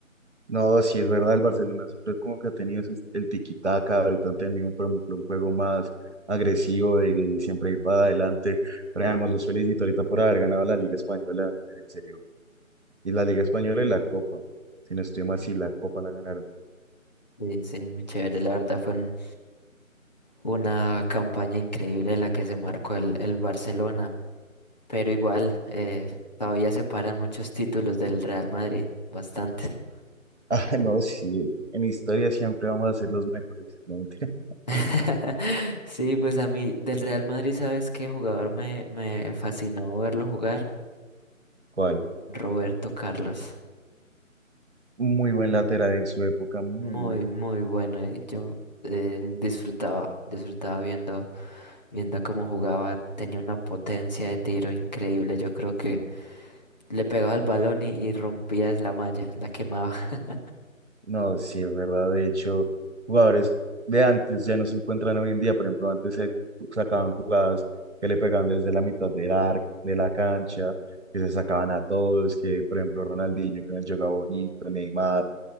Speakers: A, on the right; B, on the left.
A: No, sí es verdad, el Barcelona siempre como que ha tenido ese- el tiki-taka, ahorita han tenido, por ejemplo, un juego más agresivo, de, de siempre ir para adelante, pero además los felicito ahorita por haber ganado la Liga Española, en serio, y la Liga Española y la Copa, si no estoy mal, sí, la Copa la ganaron. <laughs>
B: Sí, sí, muy chévere. La verdad fue un- una campaña increíble la que se marcó el, el Barcelona, pero igual eh, todavía separan muchos títulos del Real Madrid, bastante.
A: Ah, no, sí, en historia siempre vamos a ser los mejores, no <laughs> mentira.
B: <laughs> Sí, pues a mí del Real Madrid, ¿sabes qué jugador me, me fascinó verlo jugar?
A: ¿Cuál?
B: Roberto Carlos.
A: Muy buen lateral en su época, muy
B: Muy,
A: bueno.
B: muy bueno. Y yo eh, disfrutaba, disfrutaba viendo, viendo cómo jugaba. Tenía una potencia de tiro increíble. Yo creo que Le pegaba el balón y, y rompías la malla, la quemaba. <laughs>
A: No, sí, es verdad. De hecho, jugadores de antes ya no se encuentran hoy en día. Por ejemplo, antes se sacaban jugadas que le pegaban desde la mitad del arco, de la cancha, que se sacaban a todos, que por ejemplo Ronaldinho, que nos jugaba bonito, Neymar,